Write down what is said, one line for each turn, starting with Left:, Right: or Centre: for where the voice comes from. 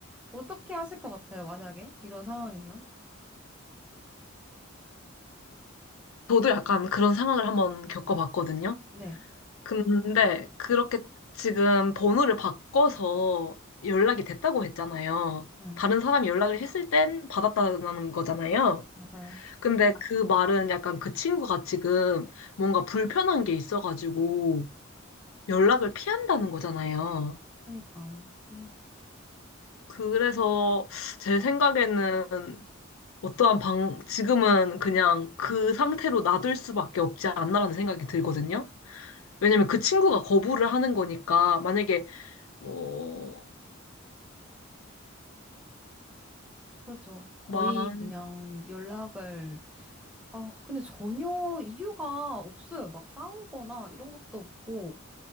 Centre: 어떻게 하실 것 같아요? 만약에 이런 상황이면?
Left: 저도 약간 그런 상황을 한번 겪어봤거든요.
Centre: 네,
Left: 근데 그렇게 지금 번호를 바꿔서 연락이 됐다고 했잖아요.
Centre: 응,
Left: 다른 사람이 연락을 했을 땐 받았다는 거잖아요.
Centre: 맞아요.
Left: 근데 그 말은 약간 그 친구가 지금 뭔가 불편한 게 있어가지고 연락을 피한다는 거잖아요.
Centre: 그러니까, 어,
Left: 그래서 제 생각에는 어떠한 방, 지금은 그냥 그 상태로 놔둘 수밖에 없지 않나라는 생각이 들거든요. 왜냐면 그 친구가 거부를 하는 거니까, 만약에, 어,
Centre: 그죠. 거의
Left: 만,
Centre: 그냥 연락을, 아, 근데 전혀 이유가 없어요. 막 싸우거나 이런 것도 없고,